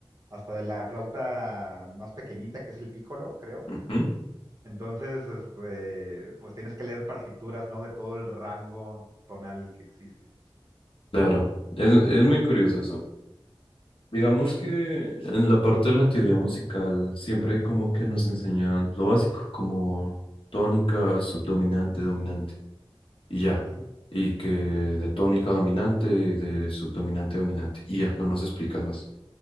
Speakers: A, on the right; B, on the left.
A: hasta de la flauta más pequeñita, que es el pícolo, creo.
B: ujú,
A: <laughs> Entonces, este, pues tienes que leer partituras, ¿no? De todo el rango tonal que existe.
B: Claro, es, es muy curioso eso. Digamos que en la parte de la teoría musical siempre como que nos enseñan lo básico, como tónica, subdominante, dominante, y ya.
A: Ujú.
B: Y que de tónica dominante y de subdominante dominante, y ya, no nos explican más.